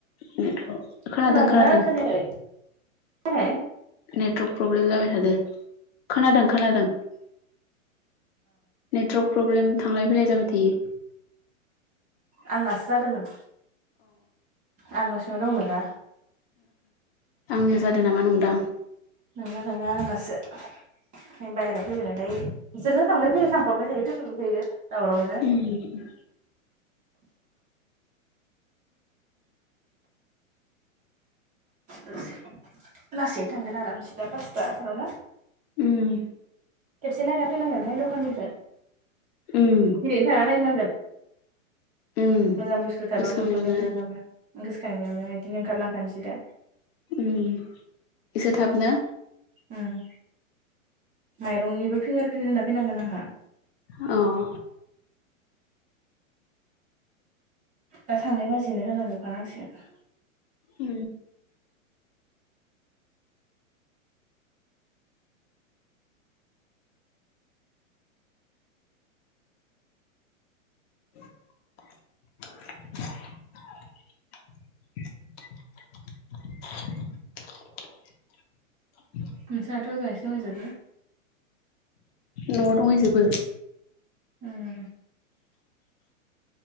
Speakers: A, on the left; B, on the right.
A: नेटखौ खोनादों
B: खोनादोंना
A: खोनादों
B: खोनायाखै?
A: नेटवार्क प्रब्लेम जाबाय थादों खोनादों खोनादों नेटवार्क प्रब्लेम थांलाय फैलाय जाबाय थायो।
B: आंनासो जादोंमोन आं न'सिङाव दंमोन ना
A: आंनो जादों नामा नंदां।
B: नोंङ नङा आनासो ‌। जों बायहेरायाव फैबाय नालाय बिसोरबो थांलाय फैलाय थांफाबाय थायो फैफाबाय थायो। दावरावनो
A: उम
B: लासै लासैनो थांगोन आरो दा पासथाफोरावनो
A: उम
B: खेबसे नायना फैनांगोनहाय दखाननिफ्राय
A: उम
B: ओरैनो थाङा नायनांगोन।
A: उम
B: मोजां बुस्थु थाबाबो
A: गोसोखांनायावनो
B: मोनखानाय नङा नोंङाबा गोसोखांनायावनो बिदिनो ओंखारलांखानोसै दा
A: उम एसे थाबनो
B: ओं माइरंनिबो फिंगार प्रिन्ट होना फैनांगोन आंहा
A: अह
B: दा थांनाय बाजैनो होलांजोबखा नांसिगोन।
A: उ <inaudible> <inaudible>
B: नोंसाथ' ओजाहायसो दंहैजोबो
A: न'आव दंहै जोबो
B: उम